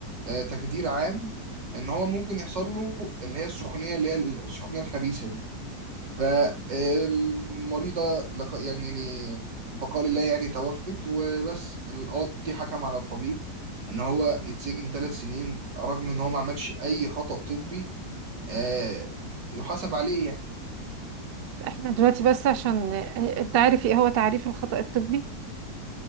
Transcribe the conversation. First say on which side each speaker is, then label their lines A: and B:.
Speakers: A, on the right; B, on the right.
A: آه، تخدير عام ان هو ممكن يحصل له اللي هي السخونيه اللي هي السخونيه الخبيثه دي فالمريضه لق- يعني يعني البقاء لله يعني توفت وبس القاضي حكم على الطبيب ان هو يتسجن ثلاث سنين رغم ان هو ما عملش اي خطأ طبي آه، يحاسب عليه يعني
B: احنا دلوقتي بس عشان انت عارف ايه هو تعريف الخطأ الطبي